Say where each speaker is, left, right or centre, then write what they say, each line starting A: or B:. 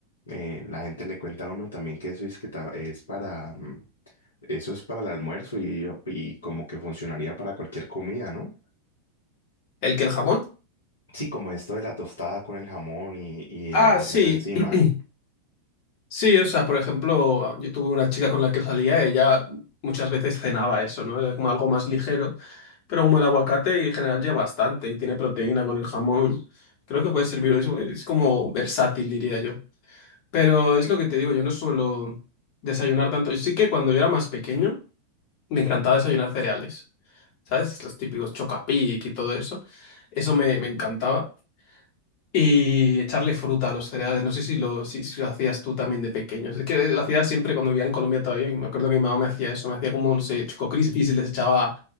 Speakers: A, on the left; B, on the left.
A: eh, la gente le cuenta a uno también que eso es, que ta- es para, mm, eso es para el almuerzo y, y como que funcionaría para cualquier comida, ¿no?
B: ¿El que el jamón?
A: Sí, como esto de la tostada con el jamón y, y el
B: Ah,
A: aguacate
B: sí.
A: encima.
B: <clears throat> Sí, o sea, por ejemplo, yo tuve una chica con la que salía, ella muchas veces cenaba eso, ¿no? Era como algo más ligero, pero como el aguacate en general lleva bastante y tiene proteína con el jamón, creo que puede servir, es, es como versátil, diría yo. Pero es lo que te digo, yo no suelo desayunar tanto. Yo sí que cuando yo era más pequeño me encantaba desayunar cereales, ¿sabes? Los típicos Chocapic y todo eso, eso me, me encantaba. Y echarle fruta a los cereales. No sé si lo, si, si lo hacías tú también de pequeños. Es que lo hacía siempre cuando vivía en Colombia todavía. y Me acuerdo que mi mamá me hacía eso. Me hacía como, no sé, Choco Crispies y les echaba